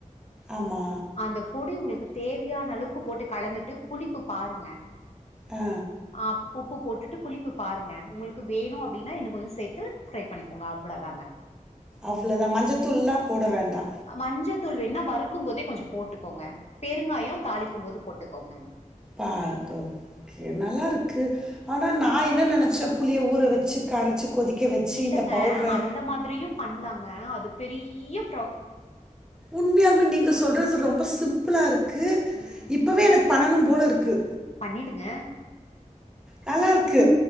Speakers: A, in the centre; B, on the left.
A: ஆமா
B: அந்த பொடி உங்களுக்கு தேவையான அளவுக்கு போட்டு கலந்துட்டு புளிப்பு பாருங்க
A: ஆ
B: ஆப் உப்பு போட்டுட்டு புளிப்பு பாருங்க உங்களுக்கு வேணு அப்டின்னா இன்னு கொஞ்சோ சேத்து ஃப்ரை பண்ணிக்கோங்க அவ்வளோதாங்க
A: அவ்ளோதா மஞ்சத்தூள்லா போட வேண்டா
B: மஞ்சத்தூள் வேன்னா வறுக்கும் போதே கொஞ்சோ போட்டுக்கோங்க பெருங்காயோ தாளிக்கும் போது போட்டுக்கோங்கங்க
A: பா <unintelligible> ஓகே
B: ம்.
A: நல்லா இருக்கு ஆனா நா என்ன நெனச்ச புளிய ஊர வெச்சு கரச்சு கொதிக்க வச்சு
B: இல்லங்க
A: இந்த பவுட்ர
B: அந்த மாதிரியு பண்லாங்க அதுப் பெரியப்
A: உண்மையாலுமே நீங்க சொல்றது ரொம் ம்ப சிம்புளா இருக் கு
B: ம்
A: இப்பவே எனக்கு பண்ணனும் போல இருக்கு
B: பண்ணிடுங்க
A: நல்லா இருக்கு